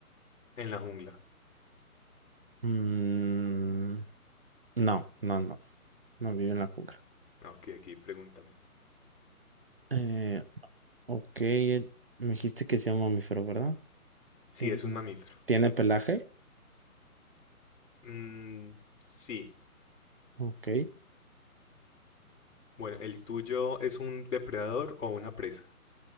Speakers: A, on the left; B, on the right.
A: en la jungla.
B: Mm, no, no, no. No vive en la jungla.
A: Ah, Ok, aquí pregúntame.
B: Eh, ok, eh, me dijiste que sea un mamífero, ¿verdad?
A: Si
B: Eh,
A: es un mamífero.
B: ¿tiene pelaje?
A: Mm, sí.
B: Ok.
A: Bueno, ¿el tuyo es un depredador o una presa?